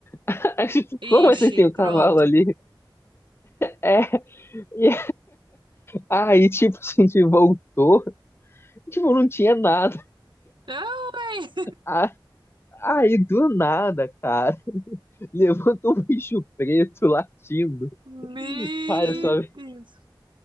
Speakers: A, on the left (about 30°); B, on the right (about 65°).
A: <laughs> Aí, tipo, como
B: Ixi,
A: assim tem um
B: pronto.
A: cavalo ali? É, e aí, tipo, a gente voltou, tipo, não tinha nada.
B: Não, véi.
A: Ah, Aí, do nada, cara. levantou um bicho preto latindo.
B: Meu
A: Cara, só <laughs>
B: Deus.